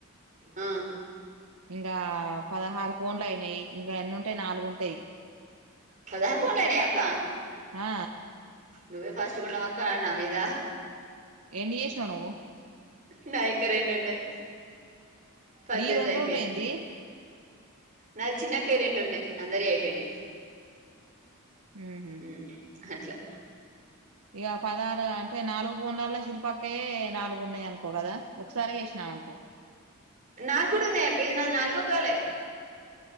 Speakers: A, on the right; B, on the right.
A: ఆ
B: ఇంకా పదహారు ఫోన్లు అయినాయి ఇంకా ఎన్ని ఉంటాయి నాలుగు ఉంటాయి
A: పదహారు ఫోన్ లైనయ అక్క
B: ఆ
A: నువ్వే ఫస్ట్ గుంన్నవక్క నా మీదా
B: ఎన్ని చేసినవ్ నువ్వు
A: నాయి ఇంకా రెండు ఉన్నాయి పద్దెనిమిది
B: నీయి రెండు
A: అయిపోయినాయి
B: ఉండుండు ఏంది
A: నాకు చిన్నక్కయ రెండున్నాయి అందరివి అయిపోయినాయి
B: హ్మ్ హు
A: ఉమ్ అట్లా
B: ఇగ పదారు అం టే నాలుగు ఫోన్లల్లో శిల్పక్కే నాలుగు ఉన్నాయి అనుకో కదా ఒకసారి చేసినా ఆమెకు
A: నాకు కూడా ఉన్నాయి అక్కే ఇది నాది నాలుగో కాలే